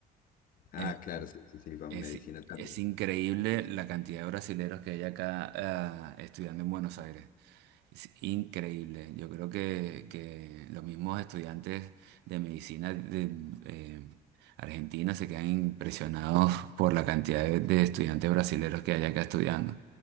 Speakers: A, on the left (about 55°); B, on the right (about 85°).
A: Ah,
B: Eh,
A: claro, sí, sí, sí, con
B: Es,
A: medicina también.
B: es increíble la cantidad de brasileros que hay acá ah, estudiando en Buenos Aires. Es increíble. Yo creo que, que los mismos estudiantes de medicina de eh, Argentina se quedan impresionados por la cantidad de, de estudiantes brasileños que hay acá estudiando.